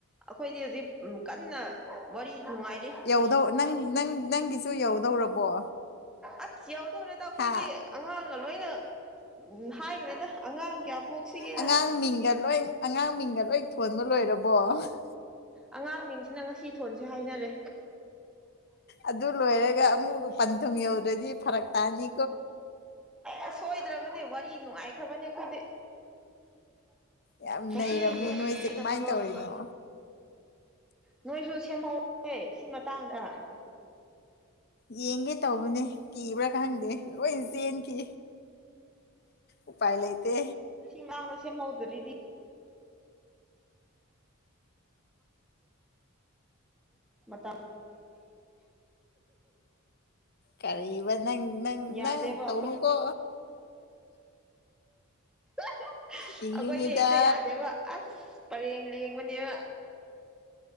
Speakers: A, in the centre; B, on the left (about 45°).
A: ꯑꯩꯈꯣꯏꯗꯤ ꯍꯧꯖꯤꯛ ꯀꯟꯅ ꯋꯥꯔꯤ ꯅꯨꯡꯉꯥꯏꯔꯤ
B: ꯌꯧꯗꯧ ꯅꯪ ꯅꯪ ꯅꯪꯒꯤꯁꯨ ꯌꯧꯗꯧꯔꯕꯣ
A: ꯑꯁ ꯌꯥꯎꯗꯧꯔꯦꯗ ꯑꯩꯈꯣꯏꯗꯤ
B: ꯍꯥ
A: ꯑꯉꯥꯡꯅ ꯂꯣꯏꯅ ꯎꯝ ꯍꯥꯏꯈ꯭ꯔꯦꯗ ꯑꯉꯥꯡ ꯀꯌꯥ ꯄꯣꯛꯁꯤꯒꯦꯅ
B: ꯑꯉꯥꯡ ꯃꯤꯡꯒ ꯂꯣꯏ ꯑꯉꯥꯡ ꯃꯤꯡꯒ ꯂꯣꯏ ꯊꯣꯟꯕ ꯂꯣꯏꯔꯕ <unintelligible> <inaudible>
A: ꯑꯉꯥꯡ ꯃꯤꯁꯤꯅ ꯉꯁꯤ ꯊꯣꯟꯁꯦ ꯍꯥꯏꯅꯔꯦ
B: ꯑꯗꯨ ꯂꯣꯏꯔꯒ ꯑꯃꯨꯛ ꯄꯟꯊꯨꯡ ꯌꯧꯗ꯭ꯔꯗꯤ ꯐꯔꯛ ꯇꯥꯅꯤ
A: ꯑꯁ ꯁꯣꯏꯗ꯭ꯔꯕꯅꯦ ꯋꯥꯔꯤ ꯅꯨꯡꯉꯥꯏꯈ꯭ꯔꯕꯅꯦ ꯑꯩꯈꯣꯏꯗꯤ
B: ꯌꯥꯝ
A: ꯉ
B: ꯅꯩꯔꯝꯃꯦ
A: ꯃꯣꯏꯁꯤꯡꯁꯤꯅ
B: ꯅꯣꯏꯁꯦ ꯀꯃꯥꯏꯅ
A: ꯃꯔꯣꯜ
B: ꯇꯧꯔꯤꯅꯣ
A: ꯑꯃ ꯅꯣꯏꯁꯨ ꯁꯦꯝꯍꯧ ꯑꯦ ꯁꯤ ꯃꯇꯥꯡꯗ
B: ꯌꯦꯡꯒꯦ ꯇꯧꯕꯅꯦ ꯀꯤꯕ꯭ꯔꯥ ꯈꯪꯗꯦ ꯂꯣꯏ ꯆꯦꯟꯈꯤ ꯎꯥꯏ ꯂꯩꯇ
A: ꯁꯤꯃꯥꯡꯅ ꯁꯦꯝꯍꯧꯗ꯭ꯔꯤꯗꯤ ꯃꯇꯝ
B: ꯀꯔꯤꯕ ꯅꯪ ꯅꯪ
A: ꯌꯥꯗꯦꯕ
B: ꯅꯪ ꯇꯧꯅꯨ ꯀꯣ
A: ꯑ <inaudible>
B: ꯌꯦꯡꯅꯤꯡꯉꯤꯗ
A: ꯑꯩꯈꯣꯏꯗꯤ ꯍꯦꯛꯇ ꯌꯥꯗꯦꯕ ꯑꯁ ꯄꯔꯦꯡ ꯂꯦꯡꯕꯅꯦꯕ